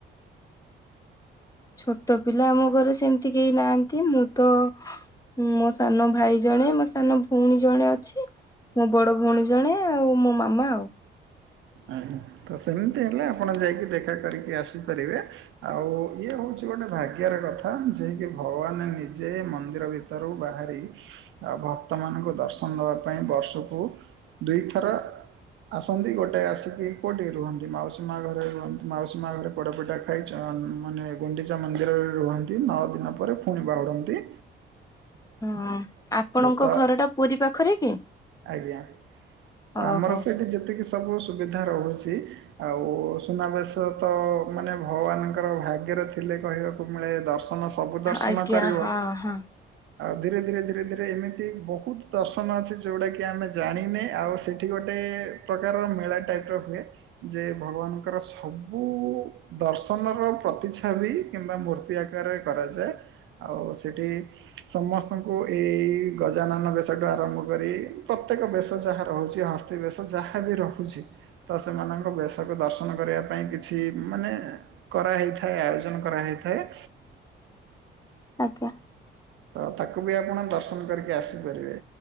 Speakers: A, on the left (about 15°); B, on the right (about 70°).
A: ଛୋଟ ପିଲା ଆମ ଘରେ ସେମିତି କେହି ନାହାଁନ୍ତି ମୁଁ ତ ମୋ ସାନ ଭାଇ ଜଣେ, ମୋ ସାନ ଭଉଣୀ ଜଣେ ଅଛି। ମୋ ବଡ ଭଉଣୀ ଜଣେ ଆଉ ମୋ ମାମା ଆଉ।
B: ଆଜ୍ଞା। ତ ସେମିତି ହେଲେ ଆପଣ ଯାଇକି ଦେଖା କରିକି ଆସିପାରିବେ। ଆଉ ଇଏ ହଉଛି ଗୋଟେ ଭାଗ୍ୟର କଥା ଯେକି ଭଗବାନ ନିଜେ ମନ୍ଦିର ଭିତର- ଭିତରୁ ବାହାରି ଆଉ ଭକ୍ତ ମାନଙ୍କୁ ଦର୍ଶନ ଦବା ପାଇଁ ବର୍ଷକୁ ଦୁଇଥର ଆସନ୍ତି ଗୋଟେ ଆସିକି କେଉଁଠି ରୁହନ୍ତି ମାଉସୀ ମା ଘରେ ରୁହନ୍ତି ମାଉସୀ ମା ଘରେ ପୋଡ଼ପଠା ଖାଇ ଚାନ୍ ମାନେ ଗୁଣ୍ଡିଚା ମନ୍ଦିରରେ ରୁହନ୍ତି ନଅ ଦିନ ପରେ ପୁଣି ବାହୁଡ଼ନ୍ତି।
A: ହଁ ଆପଣଙ୍କ
B: ତ
A: ଘର ଟା ପୁରୀ ପାଖରେ କି?
B: ଆଜ୍ଞା
A: ଓହୋ
B: ଆମର ସେଠି ଯେତିକି ସବୁ ସୁବିଧା ରହୁଛି। ଆଉ ସୁନାବେଶ ତ ମାନେ ଭଗବାନଙ୍କର ଭାଗ୍ୟରେ ଥିଲେ କହିବାକୁ ମିଳେ ଦର୍ଶନ ସବୁ ଦର୍ଶନ
A: ଆଜ୍ଞା
B: କରିବ।
A: ହଁ ହଁ।
B: ଆଉ ଧୀରେ ଧୀରେ ଧୀରେ ଧୀରେ ଏମିତି ବହୁତ ଦର୍ଶନ ଅଛି ଯୋଉଟା କି ଆମେ ଜାଣିନେ ଆଉ ସେଠି ଗୋଟେ ପ୍ରକାରର ମେଳା ଟାଇପ ର ହୁଏ। ଯେ ଭଗବାନଙ୍କର ସବୁ ଦର୍ଶନର ପ୍ରତିଛାବି କିମ୍ବା ମୂର୍ତ୍ତି ଆକାରରେ କରାଯାଏ। ଆଉ ସେଠି ସମସ୍ତଙ୍କୁ ଏଇ ଗଜାନନ ବେଶଠୁ ଆରମ୍ଭ କରି ପ୍ରତ୍ୟେକ ବେଶ ଯାହା ରହୁଛି ହସ୍ତି ବେଶ ଯାହା ବି ରହୁଛି ତ ସେମାନଙ୍କ ବେଶକୁ ଦର୍ଶନ କରିବା ପାଇଁ କିଛି ମାନେ କରାହେଇଥାଏ ଆୟୋଜନ କରାହେଇଥାଏ।
A: ଆଜ୍ଞା।
B: ତ ତାକୁ ବି ଆପଣ ଦର୍ଶନ କରିକି ଆସିପାରିବେ।